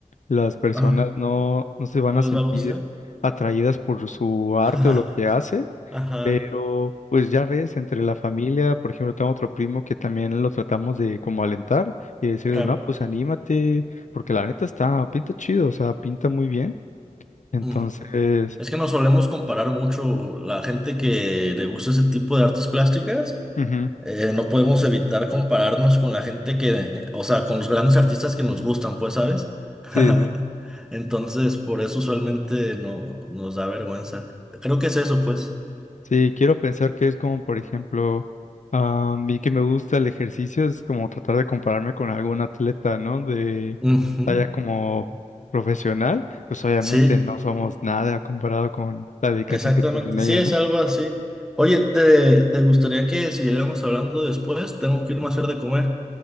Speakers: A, on the left; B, in the centre.
A: las personas
B: Ah,
A: no, no se van
B: ¿No
A: a sentir
B: les va a gustar?
A: atraídas por su arte
B: <laughs>
A: o lo que hace
B: Ajá,
A: pero pues ya ves, entre la familia, por ejemplo, tengo otro primo que también lo tratamos de como alentar y decirle,
B: claro.
A: no, pues anímate, porque la neta está, pinta chido, o sea, pinta muy bien. Entonces,
B: Ujú. Es que nos solemos comparar mucho la gente que le gusta ese tipo de artes plásticas
A: ujú,
B: eh, no podemos evitar compararnos con la gente que, o sea, con los grandes artistas que nos gustan, pues, ¿sabes? <laughs>
A: sí, sí,
B: Entonces, por eso usualmente no nos da vergüenza. Creo que es eso, pues.
A: sí, quiero pensar que es como, por ejemplo, a mí que me gusta el ejercicio, es como tratar de compararme con algún atleta, ¿no? De
B: Ujú,
A: talla como profesional, pues obviamente
B: Sí,
A: no somos nada comparado con la dedicación
B: exactamente.
A: que tienen ellos,
B: Sí, es
A: ¿no?
B: algo así. Oye, ¿te, te gustaría que siguiéramos hablando después? Tengo que irme a hacer de comer.